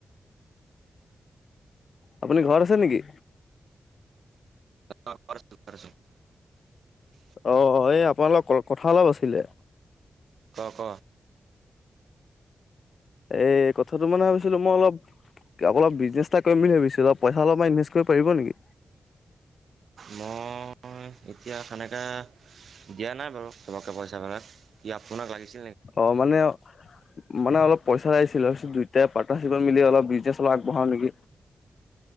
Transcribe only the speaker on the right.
<unintelligible>
ক- ক।
মই এতিয়া সেনেকা দিয়া নাই বাৰু চবকে পইচাবিলাক। ই আপোনাক লাগিছে।